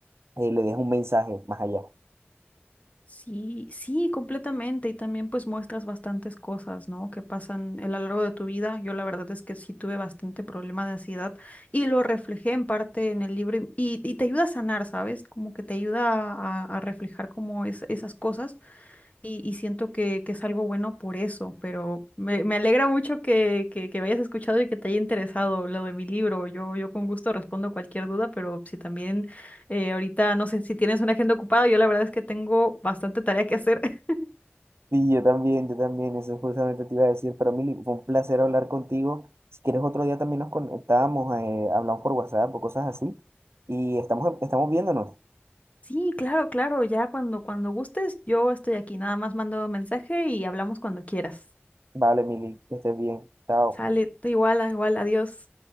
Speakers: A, on the right; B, on the left.
A: eh, le deja un mensaje más allá.
B: sí, sí, completamente. Y también pues muestras bastantes cosas, ¿no? Que pasan a lo largo de tu vida. Yo la verdad es que sí tuve bastante problema de ansiedad y lo reflejé en parte en el libro y, y- y te ayuda a sanar, ¿sabes? Como que te ayuda a, a reflejar como es- esas cosas. y, y siento que, que es algo bueno por eso, pero me, me alegra mucho que, que, que me hayas escuchado y que te haya interesado lo de mi libro. Yo, yo con gusto respondo cualquier duda, pero si también eh, ahorita, no sé, si tienes una agenda ocupada, yo la verdad es que tengo bastante tarea que hacer. <laughs>
A: Sí, yo también, yo también, eso justamente te iba a decir. Para mí fue un placer hablar contigo. Si quieres otro día también nos conectamos, eh, hablamos por WhatsApp o cosas así. Y estamos, estamos viéndonos.
B: Sí, claro, claro, ya cuando, cuando gustes, yo estoy aquí, nada más mando mensaje y hablamos cuando quieras.
A: Vale, Mili, que estés bien. Chao.
B: Sale, igual, igual, adiós.